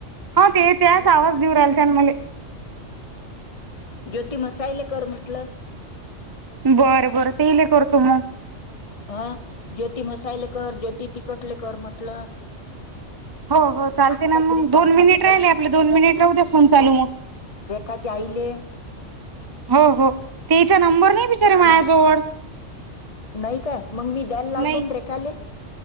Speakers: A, on the right; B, on the left.
A: हा ते त्याच
B: ज्योती
A: आवाज
B: म्हसाय-
A: देऊ राहिल <unintelligible>
B: ज्योती म्हसायले कर म्हटलं
A: बरं बरं तेले करतो मग
B: हा ज्योती मसायले कर ज्योती तिकटले कर म्हटलं
A: हो हो चालते
B: आमच्या
A: ना
B: घरी
A: मग
B: समजा
A: दोन मिनिट
B: आता
A: राहिले आपले दोन मिनिट राहू द्या फोन चालू म
B: रेखाचे आईले
A: हो हो तेचा नंबर नाही बिचार्या मायाजवळ
B: नाय काय मग मी द्याला लावतो
A: नाही
B: रेखाले